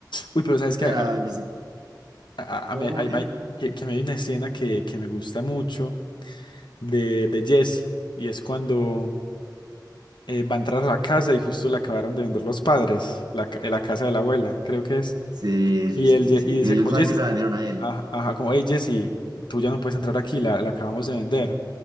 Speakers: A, on the left (about 80°); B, on the right (about 65°).
A: Uy, pero ¿sabes
B: Ese
A: qué?
B: será,
A: A mí
B: yo sí-
A: A,
B: ¿Cómo,
A: a mí hay-
B: cómo?
A: hay-
B: Dime.
A: hay- que, que a mí hay una escena que, que me gusta mucho de, de Jesse, y es cuando eh, va a entrar a la casa y justo le acabaron de vender los padres, la, ca- la casa de la abuela, creo que es.
B: Sí, sí,
A: Y
B: sí,
A: él
B: sí,
A: lle-
B: sí.
A: y dice
B: Que ellos
A: como
B: no saben
A: Jesse,
B: que se la vendieron a él.
A: ajá, ajá, como, hey Jesse, tú ya no puedes entrar aquí, la, la acabamos de vender.